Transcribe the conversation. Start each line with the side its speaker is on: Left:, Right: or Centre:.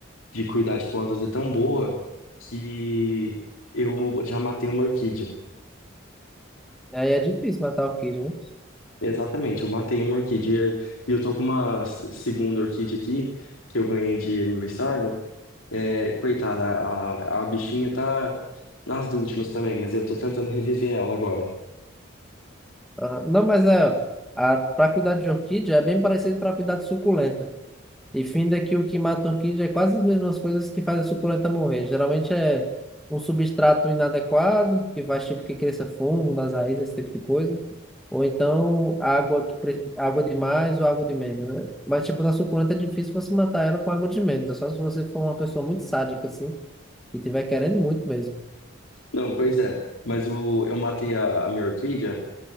Left: de cuidar de plantas é tão boa que eu já matei uma orquídea.
Centre: E Aí é difícil matar a orquídea, né?
Left: Exatamente, eu matei uma orquídea. E eu tô com uma se- segunda orquídea aqui, que eu ganhei de aniversário. É, coitada, a, a bichinha tá nas últimas também, mas eu tô tentando reviver ela agora.
Centre: Ah, não, mas é, a, para cuidar de orquídea é bem parecido para cuidar de suculenta. E finda que o que mata a orquídea é quase as mesmas coisas que faz a suculenta morrer. Geralmente é um substrato inadequado, que faz tipo que cresça fungo nas raízes, esse tipo de coisa Ou então água que pre- água de mais ou água de menos, né? Mas tipo na suculenta é difícil você matar ela com água de menos, é só se você for uma pessoa muito sádica assim e tiver querendo muito mesmo.
Left: Não, pois é, mas o, eu matei a, a minha orquídea,